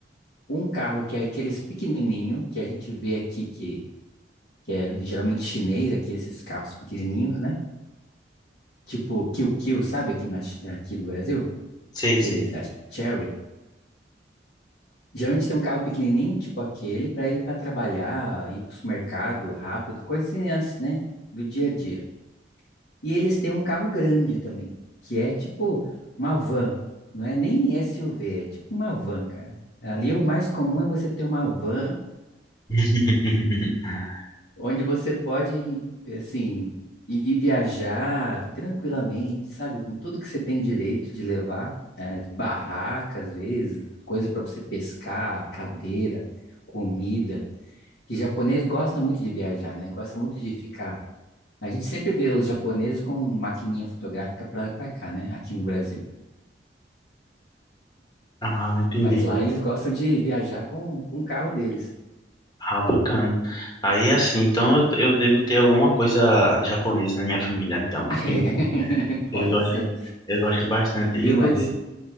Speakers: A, on the left; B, on the left.
A: Um carro que é aqueles pequenininho, que a gente vê aqui que, que é geralmente chinês, aqui esses carros pequenininhos, né? Tipo Kill Kill, sabe? Aqui, na, Chi- aqui do Brasil,
B: Sei,
A: aqueles
B: sei.
A: da Cherry. Geralmente tem um carro pequenininho, tipo aquele, para ir para trabalhar, ir para o supermercado rápido, coisinhas, né? Do dia a dia. E eles têm um carro grande também, que é tipo uma van. Não é nem SUV, é tipo uma van, cara. Ali o mais comum é você ter uma van
B: <laughs>
A: onde você pode, assim, ir viajar tranquilamente, sabe? Com tudo que você tem direito de levar, né? barracas, às vezes, coisa para você pescar, cadeira, comida. Que japonês gosta muito de viajar, né? Gosta muito de ficar. A gente sempre vê os japoneses com maquininha fotográfica pra lá e pra cá, né? Aqui no Brasil.
B: Ah, entendi.
A: Mas lá eles gostam de viajar com, com o carro deles.
B: Ah, bacana. Aí é assim, então eu, eu devo ter alguma coisa japonesa na minha família, então, porque
A: <laughs> Pode
B: eu gosto,
A: ser.
B: eu gosto bastante.
A: Viu?
B: Inclusive,
A: Mas,